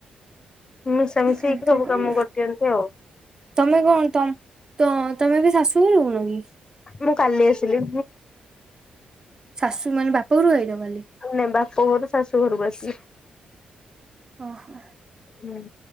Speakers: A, on the left; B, on the right.
A: ମିଶା ମିଶି
B: ଏମିତି
A: ହେଇକି ସବୁ
B: ଆଉ
A: କାମ କରିଦିଅନ୍ତି ଆଉ
B: ତମେ କଣ ତମ ତ ତମେ ବି ଶାଶୁ ରହୁନ କି?
A: ମୁଁ କାଲି ଆସିଲି।
B: ଶାଶୁ ମାନେ ବାପ ଘରକୁ ଆଇଲ କାଲି।
A: ନାଇଁ ବାପ ଘରୁ ଶାଶୁ ଘରକୁ ଆସିବି।
B: ଓ ହୋ।
A: ହୁଁ